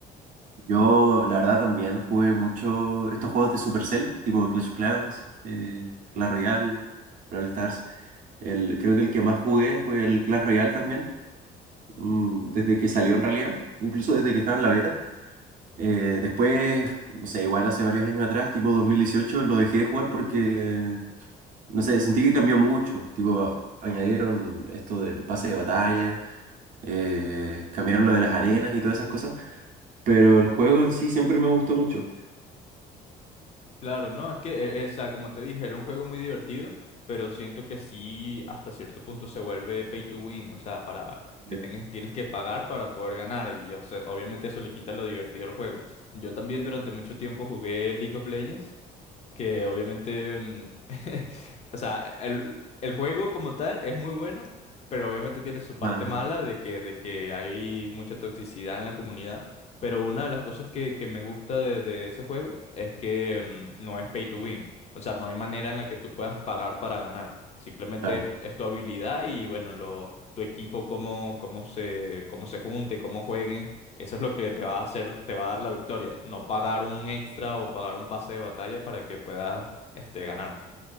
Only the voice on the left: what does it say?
Claro, no, es que, eh, eh, o sea, como te dije, era un juego muy divertido, pero siento que sí, hasta cierto punto se vuelve pay to win, o sea, para que
tengas, tienes que pagar para poder ganar, y o sea, obviamente eso le quita lo divertido al juego. Yo también durante mucho tiempo jugué League of Legends, que obviamente, mm, <laughs> o sea, el, el juego como tal es muy bueno, pero obviamente tiene su parte
mala de que, de que hay mucha toxicidad en la comunidad. Pero una de las cosas que, que me gusta de, de ese juego es que mm, no es pay to win. O sea, no hay manera en la que tú puedas pagar para ganar. Simplemente
es tu, es tu habilidad y bueno, lo, tu equipo, cómo, cómo se, cómo se junte, cómo jueguen eso es lo que te va a hacer, te va a dar la victoria. No pagar un extra o pagar un pase de batalla para que puedas, este, ganar.